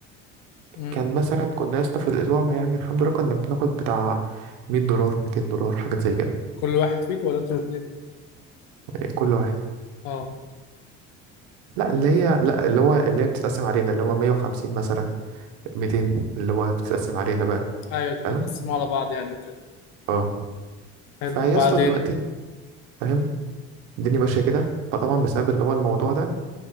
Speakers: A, on the left; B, on the right.
A: امم
B: كان مثلا كنا يا اسطى في الاسبوع يعني الحمد لله كنا بناخد بتاع 100 دولار 200 دولار حاجات زي كده
A: كل واحد فيك ولا انتوا الاثنين
B: إيه، كل واحد
A: اه
B: لا اللي هي لا اللي هو اللي هي بتتقسم علينا اللي هو 150 مثلا 200 اللي هو بتتقسم علينا بقى
A: ايوه تبقوا
B: فاهم
A: تقسموا على بعض يعني وكده
B: اه
A: حلو
B: فيا
A: وبعدين
B: اسطى دلوقتي فاهم الدنيا ماشيه كده فطبعا بسبب اللي هو الموضوع ده